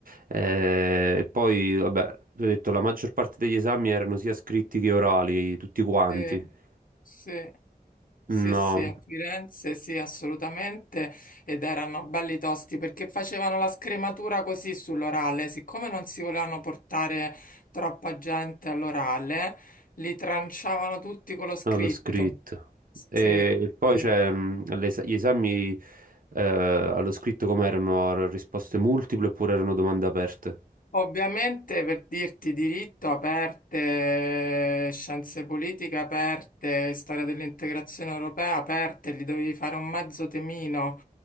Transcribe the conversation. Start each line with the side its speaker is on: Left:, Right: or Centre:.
Right: Eh, e poi, vabbè, ti ho detto, la maggior parte degli esami erano sia scritti che orali, tutti quanti.
Left: sì, sì.
Right: No.
Left: Sì, sì, a Firenze sì, assolutamente. Ed erano belli tosti perché facevano la scrematura così sull'orale. Siccome non si volevano portare troppa gente all'orale, li tranciavano tutti con lo scritto.
Right: No, l'ho scritto. E
Left: Sì,
Right: poi
Left: sì.
Right: c'è mh, l'es- gli esami eh, allo scritto come erano? Risposte multiple oppure erano domande aperte?
Left: Ovviamente per dirti diritto aperte, scienze politiche aperte, storia dell'integrazione europea aperte, gli dovevi fare un mezzo temino.